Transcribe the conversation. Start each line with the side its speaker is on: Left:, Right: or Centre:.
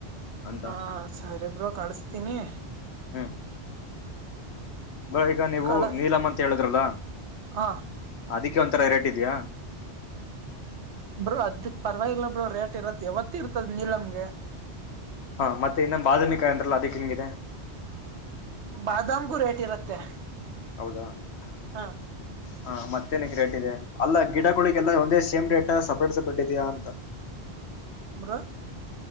Left: ಅಂತ
Right: ಹ ಸರಿ ಬ್ರೋ ಕಳಿಸ್ತೀನಿ.
Left: ಹ್ಮ್ ಬ್ರೋ ಈಗ ನೀವು
Right: ಕಳ
Left: ನೀಲಮ ಅಂತ ಹೇಳಿದ್ರಲ್ಲ
Right: ಹ
Left: ಅದಕ್ಕೆ ಒಂಥರ ರೇಟ್ ಇದೆಯಾ?
Right: ಬ್ರೋ ಅದಕ್ ಪರವಾಗಿಲ್ಲ ಬ್ರೋ ರೇಟ್ ಇರತ್ ಯಾವತ್ತ ಇರ್ತದ ನೀಲಮ್ಗೆ.
Left: ಹಾ ಮತ್ತೆ ಇನ್ನ ಬಾಳ ದಿನಕ್ಕ ಅಂದ್ರಲ್ಲ ಅದಕ್ ಹೆಂಗಿದೆ. <unintelligible>
Right: ಬಾದಾಮಗೂ ರೇಟ್ ಇರುತ್ತೆ. <unintelligible>
Left: ಹೌದಾ? <unintelligible>
Right: ಆ <unintelligible>
Left: ಹಾ ಮತ್ತೇನಕ್ಕೆ ರೇಟ್ ಇದೆ ಅಲ್ಲ ಗಿಡಗಳಿಗೆಲ್ಲ ಒಂದೇ ಸೇಮ್ ರೇಟ್ ಸಪ್ರೇಟ್ ಸಪ್ರೇಟ್ ಇದೆಯಾ ಅಂತ. <unintelligible>
Right: ಬ್ರೋ. <unintelligible>